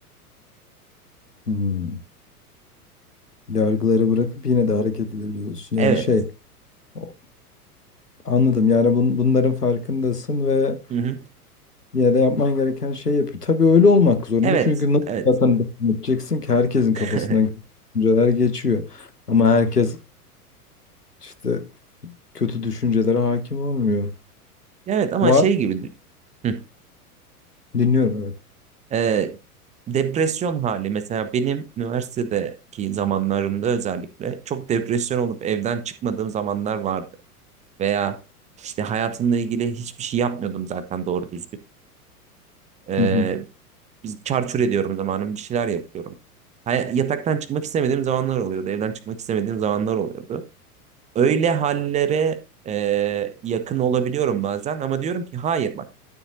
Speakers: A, on the left; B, on the right.
A: Hmm. Yargıları bırakıp yine de hareket edebiliyorsun.
B: Evet.
A: Yani şey, o- anladım. Yani bun, bunların farkındasın ve
B: Hı hı.
A: yine de yapman gereken şey yapıyor. Tabii öyle olmak zorunda.
B: Evet.
A: Çünkü nasıl
B: Evet.
A: zaten devam edeceksin ki herkesin
B: <laughs>
A: kafasından düşünceler geçiyor. Ama herkes işte kötü düşüncelere hakim olmuyor.
B: Evet ama
A: Var.
B: şey gibi. Hı.
A: Dinliyorum evet.
B: Ee, depresyon hali mesela benim üniversitedeki zamanlarımda özellikle çok depresyon olup evden çıkmadığım zamanlar vardı. Veya işte hayatımla ilgili hiçbir şey yapmıyordum zaten doğru düzgün. Ee,
A: Hı hı.
B: Biz çarçur ediyorum zamanım Bir şeyler yapıyorum. Hay- Yataktan çıkmak istemediğim zamanlar oluyordu. Evden çıkmak istemediğim zamanlar oluyordu. Öyle hallere e, yakın olabiliyorum bazen ama diyorum ki hayır bak